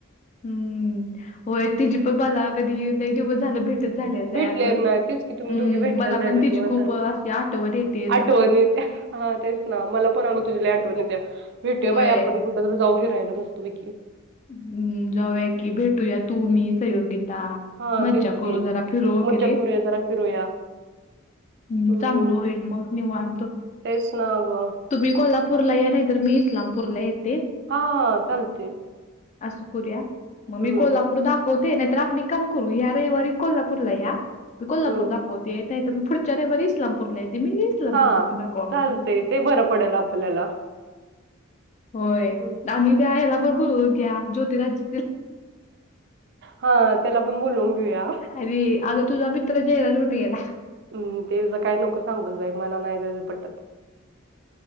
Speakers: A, on the left; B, on the right.
A: हम्म होय तिजी पण बाला कधी नाही दिवस झालं भेटत. झालेलं
B: भेटल्या
A: अगम्
B: नाही तेच की तुम्ही दोघी भेटल्या
A: मला
B: नाही
A: पण
B: लय
A: तिची
B: दिवस
A: खूप
B: झालं.
A: अशी आठव येतेय जरा
B: आठवण येत्या हा तेच ना मला पण अगं तुझ्या आठवणीत्या भेटूया
A: होय.
B: बाई आपण कुठंतरी जाऊ फिरायला वस्तुपैकी
A: हम्म जाऊया की भेटूया तू मी सयोगिता
B: हा
A: मजा
B: तेच
A: करो
B: की
A: जरा फर रोक
B: मज्जा
A: रे.
B: करूया जरा फिरूया
A: हम्
B: हम्म
A: चांगलं होईल मग निव आणतो.
B: तेच ना गं
A: तुम्ही कोल्हापूरला या नाही तर मी इस्लामपूरला येते.
B: हा चालते.
A: अस करू्या मग
B: हम्म
A: मी कोल्हापूर दाखवत. ते नाही तर आपण काम करू या रेवारी कोल्हापूर ला याी कोल्हापूर
B: हम्म
A: दाखवत. येतय पुढच्या रविवार इस्लामपूरला येते मी. इस्लामपूर
B: हा
A: तुम्ही दाखवा
B: चालते
A: मला.
B: ते बरं पडेल आपल्याला.
A: होय
B: हम्म
A: आणि त्या याला भरपूर हो घ्या ज्योतिराज.
B: हा त्याला आपण बोलवून घेऊया.
A: अर आता तुझा मित्र जयराज कुठे गेला.
B: हम् ते ज काही नकं सांगू जाय मला नाही जायचं पटत.